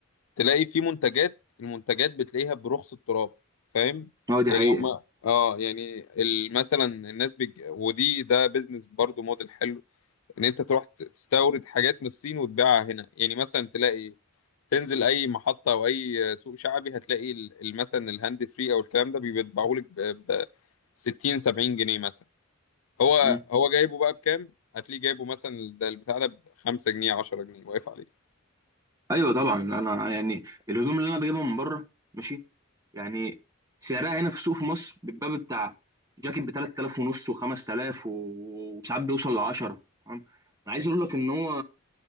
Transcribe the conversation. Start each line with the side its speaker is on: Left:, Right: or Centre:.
Left: تلاقي في منتجات المنتجات بتلاقيها برخص التراب فاهم
Right: اه دي
Left: يعني
Right: حقيقه
Left: هم اه يعني ال- مثلا الناس بج... ودي ده بيزنس برضو موديل حلو ان انت تروح ت- تستورد حاجات من الصين وتبيعها هنا يعني مثلا تلاقي تنزل اي محطة او اي سوق شعبي هتلاقي ال- ال- مثلا الهاند فري او الكلام ده بيتباعهولك ب ب 60 70 جنيه مثلا هو
Right: مم.
Left: هو جايبه بقى بكام؟ هتلاقيه جايبه مثلا ده البتاع ده ب 5 جنيه 10 جنيه واقف عليه
Right: ايوه طبعا انا يعني الهدوم اللي انا بجيبها من بره ماشي يعني سعرها هنا في السوق في مصر بيبقى بتاع جاكيت ب 3000 ونص و5000 وساعات بيوصل ل 10 تمام انا عايز اقول لك ان هو